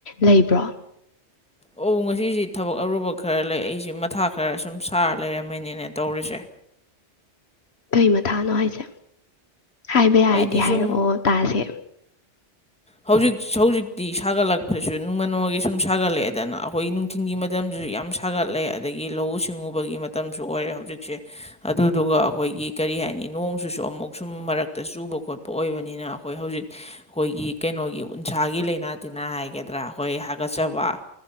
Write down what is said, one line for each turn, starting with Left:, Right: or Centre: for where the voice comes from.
Left: ꯂꯩꯕ꯭ꯔꯣ
Centre: ꯑꯣ ꯉꯁꯤꯁꯤ ꯊꯕꯛ ꯑꯔꯨꯕ ꯈꯔ ꯂꯩ ꯑꯩꯁꯤ ꯃꯊꯥ ꯈꯔ ꯁꯨꯝ ꯁꯥꯔ ꯂꯩꯔꯝꯃꯅꯤꯅꯦ ꯇꯧꯔꯤꯁꯦ
Left: <inaudible> ꯀꯩ ꯃꯊꯥꯅꯣ ꯍꯥꯏꯁꯦ ꯍꯥꯏꯕ ꯌꯥꯔꯗꯤ
Centre: ꯑꯩꯗꯤ
Left: ꯍꯥꯏꯔꯛꯑꯣ
Centre: ꯁꯨꯝ
Left: ꯇꯥꯁꯦ
Centre: ꯍꯧꯖꯤꯛ ꯍꯧꯖꯤꯛꯇꯤ ꯁꯥꯒꯠꯂꯛꯄꯁꯨ ꯅꯣꯡꯃ ꯅꯣꯡꯃꯒꯤ ꯁꯨꯝ ꯁꯥꯒꯠꯂꯛꯑꯦꯗꯅ ꯑꯩꯈꯣꯏꯒꯤ ꯅꯨꯡꯊꯤꯟꯒꯤ ꯃꯇꯝꯗꯁꯨ ꯌꯥꯝ ꯁꯥꯒꯠꯂꯛꯑꯦ ꯑꯗꯒꯤ ꯂꯧꯎ ꯁꯤꯡꯎꯕꯒꯤ ꯃꯇꯝꯁꯨ ꯑꯣꯏꯔꯦ ꯍꯧꯖꯤꯛꯁꯦ ꯑꯗꯨꯗꯨꯒ ꯑꯩꯈꯣꯏꯒꯤ ꯀꯔꯤ ꯍꯥꯏꯅꯤ ꯅꯣꯡꯁꯨꯁꯨ ꯑꯃꯨꯛ ꯁꯨꯝ ꯃꯔꯛꯇ ꯆꯨꯕ ꯈꯣꯠꯄ ꯑꯣꯏꯕꯅꯤꯅ ꯑꯩꯈꯣꯏ ꯍꯧꯖꯤꯛ ꯑꯩꯈꯣꯏꯒꯤ ꯀꯩꯅꯣꯒꯤ ꯎꯟꯁꯥꯒꯤ ꯂꯩꯅꯥ ꯇꯤꯟꯅꯥ ꯍꯥꯏꯒꯗ꯭ꯔꯥ ꯍꯣꯏ ꯍꯥꯒꯠꯆꯕ